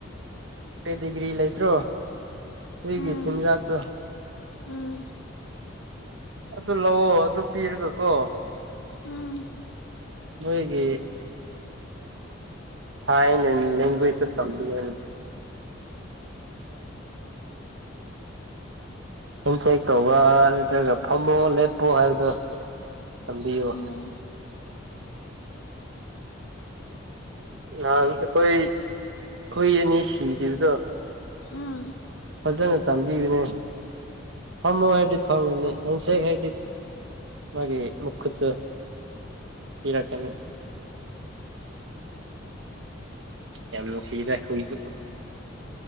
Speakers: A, on the right (about 65°); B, on the left (about 85°).
A: ꯄꯦꯗꯤꯒ꯭ꯔꯤ ꯂꯩꯇ꯭ꯔꯣ ꯍꯨꯏꯒꯤ
B: ꯎꯝ
A: ꯆꯤꯟꯖꯥꯛꯇꯣ
B: ꯎꯝ
A: ꯑꯗꯨ ꯂꯧꯑꯣ ꯑꯗꯨ ꯄꯤꯔꯒ ꯀꯣ
B: ꯎꯝ
A: ꯃꯣꯏꯒꯤ ꯁꯥꯏꯟ ꯂꯦꯡꯚ꯭ꯋꯦꯁꯇ ꯇꯝꯕꯤꯌꯣ ꯍꯦꯟꯁꯦꯛ ꯇꯧꯕ ꯅꯠꯇ꯭ꯔꯒ ꯐꯝꯃꯣ ꯂꯦꯞꯄꯣ ꯍꯥꯏꯕꯗꯣ ꯇꯝꯕꯤꯌꯣ
B: ꯑꯣ
A: ꯅꯍꯥꯟ ꯑꯩꯈꯣꯏ ꯍꯨꯏ ꯑꯅꯤ ꯁꯤꯈꯤꯕꯗꯣ
B: ꯎꯝ
A: ꯐꯖꯅ ꯇꯝꯕꯤꯈꯤꯕꯅꯦ ꯐꯃꯣ ꯍꯗꯤ ꯐꯪꯒꯅꯤ ꯍꯟꯁꯦꯒ ꯍꯗꯤ ꯃꯥꯒꯤ ꯃ ꯈꯨꯠꯇ ꯄꯤꯔꯛꯀꯅꯤ ꯌꯥꯝꯅꯨꯡꯁꯤꯗꯥ ꯍꯨꯏꯁꯨ